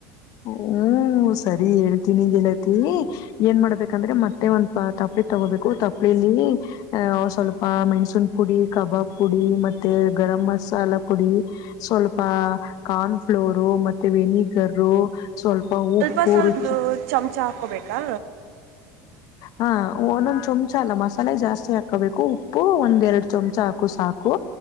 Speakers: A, on the left; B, on the right.
A: ಹ್ಮ ಸರಿ ಹೇಳ್ತೀನಿಗೆಲತಿ ಏನ್ ಮಾಡ್ಬೇಕಂದ್ರೆ ಮತ್ತೆ ಒಂದ್ಪ ತಪ್ಪ ತಗೋಬೇಕು ತಪ್ಲಿಲಿ ಅಹ ಸ್ವಲ್ಪ ಮೆಣ್ಸನ್ ಪುಡಿ ಕಬಾಬ್ ಪುಡಿ ಮತ್ತೆ ಗರಂ ಮಸಾಲ ಪುಡಿ ಸ್ವಲ್ಪ ಕಾರ್ನ್ಫ್ಲೋರು ಮತ್ತೆ ವೆನಿಗರು
B: ಸ್ವಲ್ಪ
A: ಉಪ್ಪು
B: ಸ್ವಲ್ಪ
A: ರುಚಿ
B: ಚಮಚ ಹಾಕೋಬೇಕಾ
A: ಹಾ ಒಂದೊಂದ್ ಚೊಮಚ ಅಲ್ಲ ಮಸ ತಲೆ ಜಾಸ್ತಿ ಹಾಕೋಬೇಕು ಉಪ್ಪು ಒಂದ್ ಎರಡು ಚಮಚ ಹಾಕು ಸಾಕು